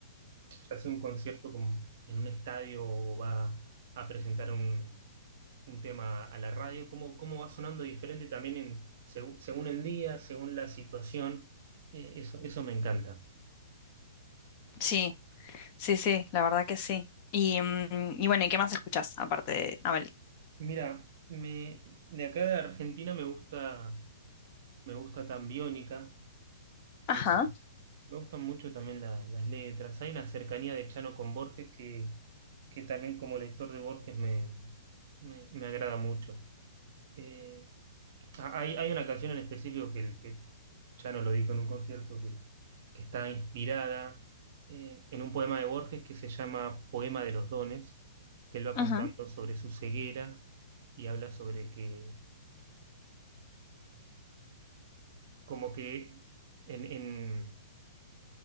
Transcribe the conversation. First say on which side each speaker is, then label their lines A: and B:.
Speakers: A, on the right; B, on the left.
A: se hace un concierto como en un estadio o va a presentar un un tema a la radio, cómo, cómo va sonando diferente también en, seg- según el día, según la situación. Eh, eso, eso me encanta.
B: Sí, sí, sí, la verdad que sí. Y, mm, y bueno, ¿y qué más escuchás aparte de Abel?
A: Mira, me, de acá de Argentina me gusta, me gusta tan Biónica,
B: Ajá,
A: eh, me gustan mucho también la- las letras. Hay una cercanía de Chano con Borges que, que también como lector de Borges me, me, me agrada mucho. Eh, Ah, Hay, hay una canción en específico que, que ya no lo dijo en un concierto, que, que está inspirada eh, en un poema de Borges que se llama Poema de los Dones, que él va
B: ajá.
A: contando sobre su ceguera y habla sobre que, como que en, en-